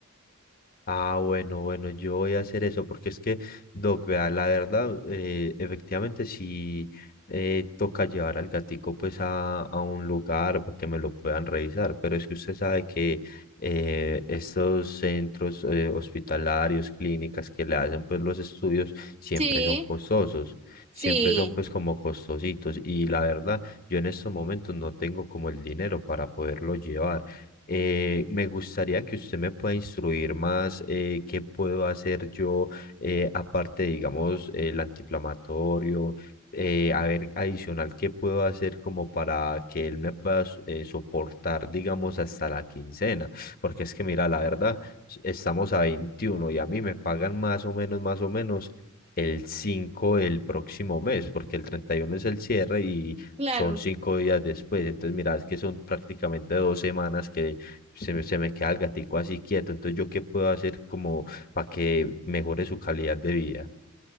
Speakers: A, on the left; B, on the right.
A: Ah, bueno, bueno, yo voy a hacer eso porque es que, Doc, vea, la verdad, eh, efectivamente sí eh, toca llevar al gatico pues a, a un lugar para que me lo puedan revisar, pero es que usted sabe que eh, estos centros eh, hospitalarios, clínicas que le hacen pues los estudios siempre
B: Sí,
A: son costosos, siempre
B: sí,
A: son pues como costositos y la verdad, yo en estos momentos no tengo como el dinero para poderlo llevar. Eh, me gustaría que usted me pueda instruir más eh, qué puedo hacer yo, eh, aparte, digamos, el antiinflamatorio, eh, a ver, adicional, qué puedo hacer como para que él me pueda s- eh, soportar, digamos, hasta la quincena, porque es que, mira, la verdad, s- estamos a 21 y a mí me pagan más o menos, más o menos. el 5 del próximo mes, porque el 31 es el cierre y
B: claro.
A: son cinco días después. Entonces, mira, es que son prácticamente dos semanas que se me, se me queda el gatico así quieto, entonces yo qué puedo hacer como para que mejore su calidad de vida.